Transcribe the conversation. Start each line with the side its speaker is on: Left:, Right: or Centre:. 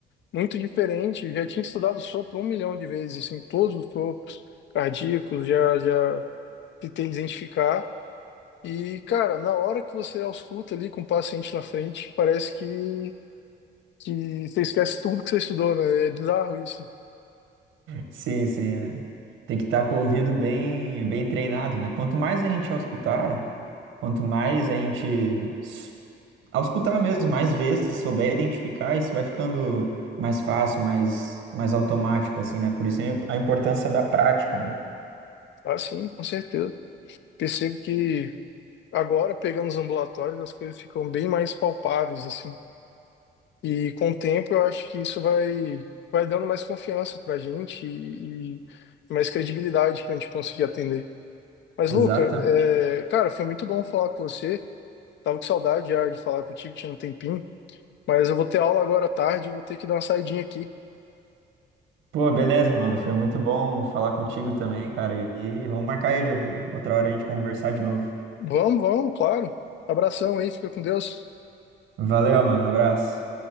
Left: muito diferente. Já tinha estudado sopro um milhão de vezes, assim, todos os sopros cardíacos, já, já tentei identificar. E, cara, na hora que você ausculta ali com o paciente na frente, parece que, que você esquece tudo que você estudou, né? É bizarro isso.
Right: Sim, sim, é. Tem que estar com o ouvido bem, bem treinado, né? Quanto mais a gente auscultar, quanto mais a gente s- auscultar mesmo, mais vezes souber identificar, isso vai ficando mais fácil, mais, mais automático, assim, né? Por isso a importância da prática, né?
Left: Ah, sim, com certeza. Percebo que Agora, pegando os ambulatórios, as coisas ficam bem mais palpáveis, assim. E com o tempo, eu acho que isso vai, vai dando mais confiança pra gente e, e mais credibilidade pra gente conseguir atender. Mas,
Right: Exatamente.
Left: Luca, é, cara, foi muito bom falar com você. Tava com saudade já de falar contigo, tinha um tempinho. Mas eu vou ter aula agora à tarde, eu vou ter que dar uma saidinha aqui.
Right: Pô, beleza, mano. Foi muito bom falar contigo também, cara. E e vamos marcar aí de outra hora a gente conversar de novo.
Left: Vamos, vamos, claro. Abração aí, fica com Deus.
Right: Valeu, mano. Abraço.